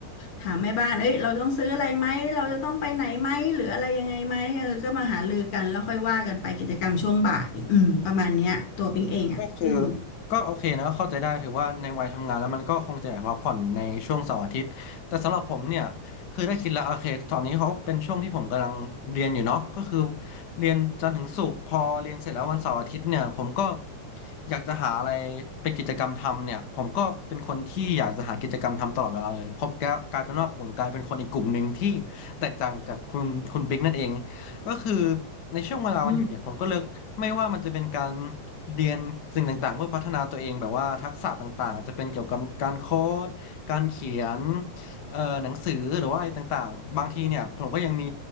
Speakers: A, on the left (about 45°); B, on the left (about 80°).
A: ถามแม่บ้านเอ้ยเราต้องซื้ออะไรไหมเราจะต้องไปไหนไหมหรืออะไรยังไงไหมเออก็มาหารือกันแล้วค่อยว่ากันไปกิจกรรมช่วงบ่ายอืมประมาณเนี้ยตัวปิ๊งเองอ่ะซึ่ง
B: ก็คือก็โอเคนะก็เข้าใจได้ถือว่าในวัยทำงานแล้วมันก็คงจะอยากพักผ่อนในช่วงเสาร์อาทิตย์แต่สำหรับผมเนี่ยคือได้คิดแล้วโอเคตอนนี้เขาเป็นช่วงที่ผมกำลังเรียนอยู่เนาะก็คือเรียนจันทร์ถึงศุกร์พอเรียนเสร็จแล้ววันเสาร์อาทิตย์เนี่ยผมก็อยากจะหาอะไรเป็นกิจกรรมทำเนี่ยผมก็เป็นคนที่อยากจะหากิจกรรมทำตลอดเวลาเลยผมก็กลายเป็นว่าผมกลายเป็นคนอีกกลุ่มหนึ่งที่แตกต่างจากคุณคุณบิ๊กนั่นเองก็คือในช่วงเวลาวันหยุดเนี่ยผมก็เลิก
A: อืม
B: ไม่ว่ามันจะเป็นการเรียนสิ่งต่างๆเพื่อพัฒนาตัวเองแบบว่าทักษะต่างๆจะเป็นเกี่ยวกับการโค้ดการเขียนเอ่อหนังสือหรือว่าอะไรต่างๆบางทีเนี่ยผมก็ยังมี